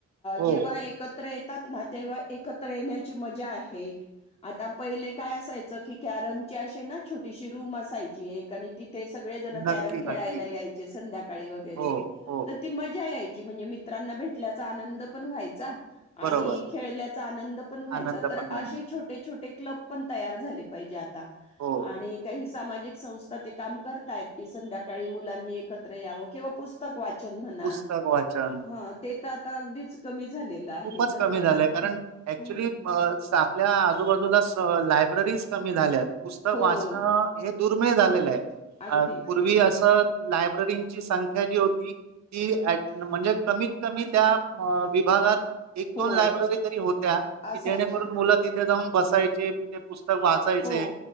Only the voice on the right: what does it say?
हो
नक्की
नक्की
हो हो
बरोबर
आनंद
पण आहे
हो
पुस्तक वाचन
खूपच
कमी
झालंय, कारण ऍक्च्युली
अ स आपल्या आजूबाजूला स लायब्ररीज कमी झाल्यात, पुस्तक
वाचणं हे दुर्मिळ झालेलंय.
अ पूर्वी
असं लायब्ररींची संख्या जी हो ती ती अँ म्हणजे कमीत कमी त्या अ विभागात एक
दोन लायब्ररी तरी होत्या,
की जेणेकरून मुलं तिथं जाऊन बसायचे पुस्तक वाचायचे.